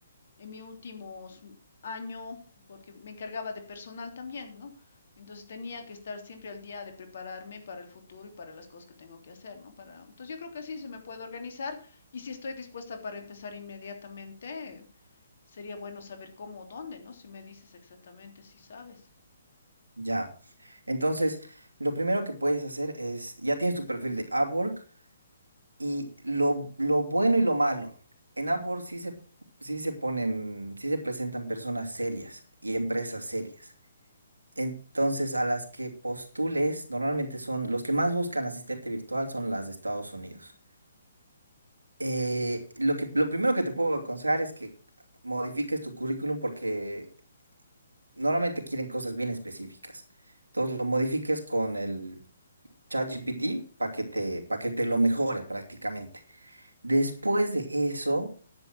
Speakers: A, on the left (about 60°); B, on the right (about 90°).
A: en mi últimos año, porque me encargaba de personal también, ¿no? Entonces tenía que estar siempre al día de prepararme para el futuro y para las cosas que tengo que hacer, ¿no? Para, entonces yo creo que sí, se me puede organizar y si estoy dispuesta para empezar inmediatamente, sería bueno saber cómo o dónde, ¿no? Si me dices exactamente si sabes.
B: Ya. Entonces, lo primero que puedes hacer es, ya tienes tu perfil de Upwork, Y lo, lo bueno y lo malo. En Upwork sí se, sí se ponen, sí se presentan personas serias y empresas serias. Entonces, a las que postules, normalmente son los que más buscan asistente virtual son las de Estados Unidos. Eh, lo que, lo primero que te puedo aconsejar es que modifiques tu currículum porque normalmente quieren cosas bien específicas. Entonces, lo modifiques con el ChatGPT para que te, para que te lo mejore prácticamente. Después de eso